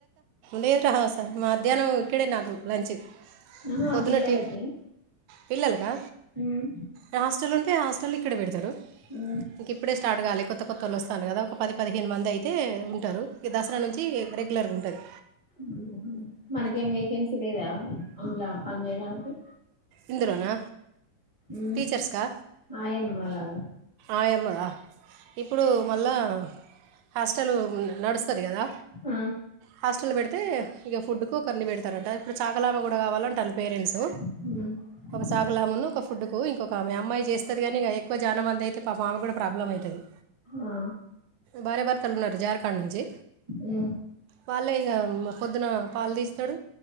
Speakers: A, on the right; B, on the right.
A: లేదు రా హ సా మధ్యాహ్నం ఇక్కడే నాకు లంచ్
B: ఆహా
A: పొద్దునే
B: పిల్లలకి
A: టీ పిల్లలకా
B: ఉమ్
A: ఆ హాస్టలోనే తే హాస్టలో ఇక్కడే పెడతారు
B: ఉమ్
A: ఇంక ఇప్పుడె స్టార్ట్ కాలే కొత్త కొత్తోలో వస్తానండ్రు కదా ఒక పది పదిహేను మంది అయితే ఉంటారు ఇగ దసరా నుంచి రెగ్యులర్గా ఉంటది
B: హ్మ్ హు మనకేం వేకెన్సీ లేదా అందులా పని చేయడానికి
A: ఇందులోనా
B: ఉమ్
A: టీచర్స్కా
B: ఆయమ్మ లాగా
A: ఆయమ్మ ఇప్పుడు మళ్ళా హాస్టల్ నడుస్తది కదా
B: ఆ
A: హాస్టల్ పెడితే ఇగ ఫుడ్కు ఒకరిని పెడతారంట ఇప్పుడు చాకలామ కూడా కావాటాంది పేరెంట్స్
B: హు
A: తాగలామును ఒక ఫుడ్కు ఇంకొ ఆమె అమ్మాయి చేస్తుంది కానీక ఎక్కువ జానంమంది అయితే పాప ఆమె కూడా ప్రాబ్లం అవుతుంది
B: ఆ
A: బార్య బర్తలు ఉన్నారు జార్ఖండ్ నుంచి
B: ఉ
A: వాళ్ళే ఇక పొద్దున్నన పాలు తీస్తాడు